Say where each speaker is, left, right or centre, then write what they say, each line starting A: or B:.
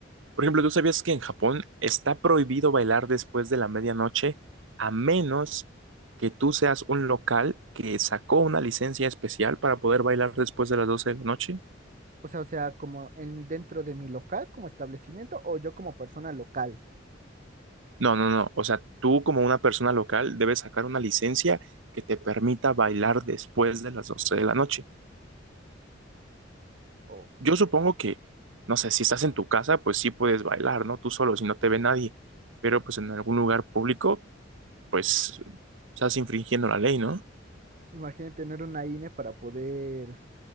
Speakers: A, on the right; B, on the right.
A: Por ejemplo, ¿tú sabías que en Japón está prohibido bailar después de la medianoche a menos que tú seas un local que sacó una licencia especial para poder bailar después de las 12 de la noche?
B: O sea, o sea, como en dentro de mi local como establecimiento o yo como persona local.
A: No, no, no. O sea, tú como una persona local debes sacar una licencia que te permita bailar después de las 12 de la noche.
B: O
A: Yo supongo que, no sé, si estás en tu casa, pues sí puedes bailar, ¿no? Tú solo, si no te ve nadie. Pero pues en algún lugar público, pues estás infringiendo la ley, ¿no?
B: imagínate tener una INE para poder,